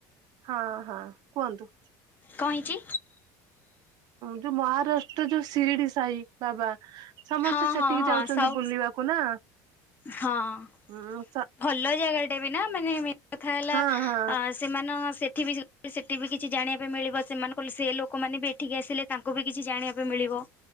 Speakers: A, on the right; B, on the left.
A: ହଁ ହଁ କୁହନ୍ତୁ?
B: କଣ ହେଇଛି?
A: ଯୋଉ ମହାରାଷ୍ଟ୍ର ଯୋଉ ଶିରିଡି ସାଇ ବାବା। ସମସ୍ତେ
B: ହଁ
A: ସେଠିକି
B: ହଁ ହଁ
A: ଯାଉଛନ୍ତି
B: ସବୁ
A: ବୁଲିବାକୁ ନା?
B: ହଁ।
A: ହୁଁ ସ
B: ଭଲ ଜାଗାଟେ ବି ନା ମାନେ ମେନ୍ କଥା ହେଲା
A: ହଁ ହଁ
B: ଆ ସେମାନଙ୍କ ସେଠି ବି ସେଠି ବି କିଛି ଜାଣିବା ପାଇଁ ମିଳିବ ସେମାନଙ୍କ ସେ ଲୋକମାନେ ବି ଏଠିକି ଆସିଲେ ତାଙ୍କୁ ବି କିଛି ଜାଣିବା ପାଇଁ ମିଳିବ।